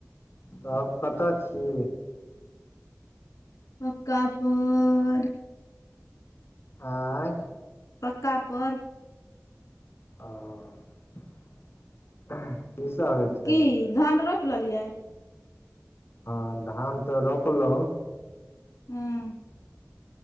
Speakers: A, on the left; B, on the left.
A: तब कतऽ छी
B: पक्का पर
A: आँ
B: पक्का पर
A: ओ की सब होइ छै
B: की धान रोपि लेलियै
A: हँ धान तऽ रोपलौं
B: हँ